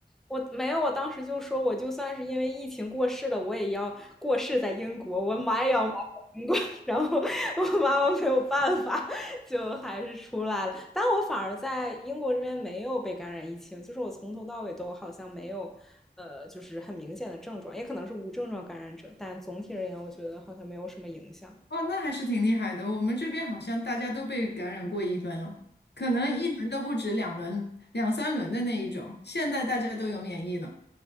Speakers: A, in the centre; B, on the left (about 75°).
A: 我没有，我当时就说，我就算是因为疫情过世了，我也要过世在英国，我妈也要买英国。<laughs> 然后我妈妈没有办法，就还是出来了。但我反而在英国这边没有被感染疫情，就是我从头到尾都好像没有，呃，就是很明显的症状，也可能是无症状感染者，但总体而言，我觉得好像没有什么影响。
B: 哦，那还是挺厉害的。我们这边好像大家都被感染过一轮了，可能一轮都不止两轮、两三轮的那一种，现在大家都有免疫了。